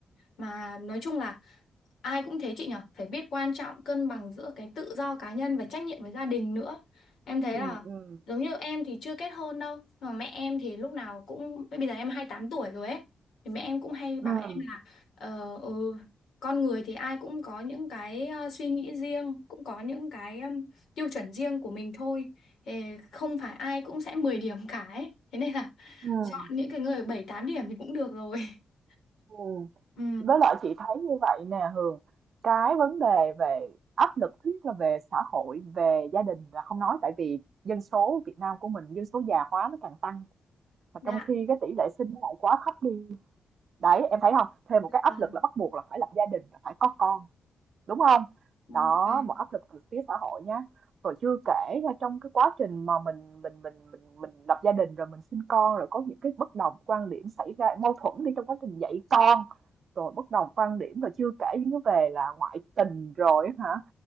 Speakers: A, on the left; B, on the right.
A: Mà nói chung là ai cũng thế chị nhở, phải biết quan trọng cân bằng giữa cái tự do cá nhân và trách nhiệm với gia đình nữa. Em thấy
B: Ừm,
A: là
B: ừm,
A: giống như em thì chưa kết hôn đâu, mà mẹ em thì lúc nào cũng bây giờ em 28 tuổi rồi ấy. Thì mẹ em cũng hay bảo
B: ừm,
A: em là ờ, ừ, con người thì ai cũng có những cái ờ, suy nghĩ riêng, cũng có những cái um, tiêu chuẩn riêng của mình thôi. Ờ, không phải ai cũng sẽ 10 điểm cả ấy. Thế nên là
B: ừm,
A: chọn những cái người 7 8 điểm thì cũng được rồi. <laughs>
B: ừm.
A: Ừ,
B: Với lại chị thấy như vậy nè Hường, cái vấn đề về áp lực thiết là về xã hội, về gia đình là không nói tại vì dân số Việt Nam của mình, dân số già hóa nó càng tăng mà
A: dạ.
B: trong khi cái tỷ lệ sinh nó lại quá thấp đi. Đấy, em thấy không? Thêm một cái áp
A: à,
B: lực là bắt buộc là phải lập gia đình, là phải có con đúng không
A: Ừ,
B: đó
A: Vâng.
B: một áp lực từ phía xã hội nhá rồi chưa kể là trong cái quá trình mà mình mình mình mình mình lập gia đình rồi mình sinh con rồi có những cái bất đồng quan điểm xảy ra mâu thuẫn đi trong quá trình dạy con rồi bất đồng quan điểm rồi chưa kể những cái về là ngoại tình rồi hả